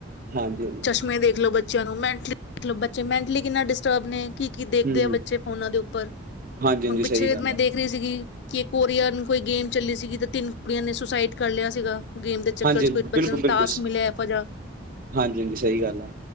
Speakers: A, on the right; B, on the left.
A: ਹਾਂਜੀ ਹਾਂਜੀ
B: ਚਸ਼ਮੇ ਦੇਖ ਲੋੋ ਬੱਚੇ ਬੱਚਿਆਂ ਨੂੰ ਮਤਲਬ ਬੱਚੇ ਮੈਂਟਲੀ ਕਿੰਨਾ ਡਿਸਟਰਬ ਨੇ ਕੀ ਕੀ ਦੇਖਦੇ
A: ਹੂੰ
B: ਆ
A: ਹੂੰ
B: ਬੱਚੇ ਫੋਨਾਂ ਦੇ ਉੱਪਰ
A: ਹਾਂਜੀ ਹਾਂਜੀ
B: ਹੁਣ ਪਿੱਛੇ
A: ਸਹੀ ਗੱਲ
B: ਜ ਮੈਂ
A: ਆ
B: ਦੇਖ ਰਹੀ ਸੀਗੀ। ਕਿ ਕੋਰੀਆ ਨੂੰ ਕੋਈ ਗੇਮ ਚੱਲੀ ਸੀਗੀ ਤਾਂ ਤਿੰਨ ਕੁੜੀਆਂ ਨੇ ਸੁਸਾਈਡ ਕਰ ਲਿਆ ਸੀਗਾ। ਗੇਮ ਦੇ ਚੱਕਰ
A: ਹਾਂਜੀ
B: ਚ ਕੋਈ
A: ਹਾਂਜੀ
B: ਬੱਚਿਆਂ
A: ਬਿਲਕੁਲ
B: ਨੂੰ
A: ਬਿਲਕੁਲ
B: ਟਾਸਕ ਮਿਲਿਆ ਐਜਹਾ
A: ਹਾਂਜੀ ਹਾਂਜੀ ਸਹੀ ਗੱਲ ਆ